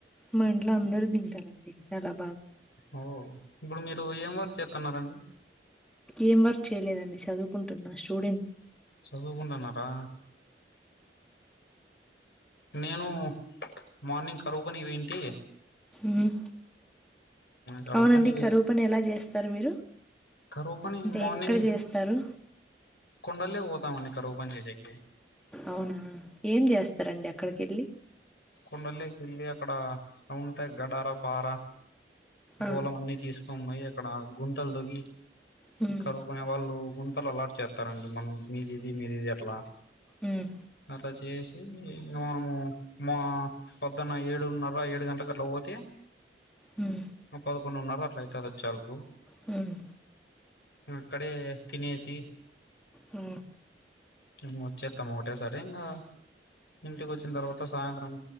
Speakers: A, in the centre; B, on the left.
A: మా ఇంట్లో అందరూ తింటారండి. చాలా బాగా.
B: ఓ ఇప్పుడు మీరు ఏం వర్క్ చేత్తాన్నారండి?
A: ఏం వర్క్ చేయలేదండి. చదువుకుంటున్నా స్టూడెంటు ని
B: చదువుకుంటున్నారా? నేను మార్నింగ్ కరువు పనికి పోయింటి
A: మ్
B: కరువు
A: అవునండి
B: పని
A: కరువు పని ఎలా చేస్తారు మీరు?
B: కరువు పని
A: అంటే
B: మార్నింగ్
A: ఎక్కడ జేస్తారు?
B: కొండల్లేకి పోతామండి కరవు పని చేసేకి.
A: అవునా ఏం చేస్తారండి అక్కడికి వెళ్లి
B: కొండల్లోకి వెళ్ళి అక్కడ అవుంటయ్ గడార, పార గోలం
A: ఆ!
B: అన్ని తీసుకొని పోయి అక్కడ గుంతలు తొవ్వి
A: హ్మ్.
B: కరువు కొనే వాళ్ళు గుంతలు అలాట్ చేస్తారండి మన మీది ఇది మీది ఇది అట్లా
A: హ్మ్.
B: అట్లా చేసి ఇంగ మనమూ మా పొద్దున్న ఏడున్నర, ఏడు గంటల కట్లా పోతే
A: మ్
B: పదకొండున్నర అట్లా అయితాది వచ్చే వరకు.
A: మ్
B: అక్కడే తినేసి
A: మ్
B: ఇంగ వచ్చేత్తం ఒటేసారి ఇంగ ఇంటికి వచ్చిన తర్వాత సాయంత్రం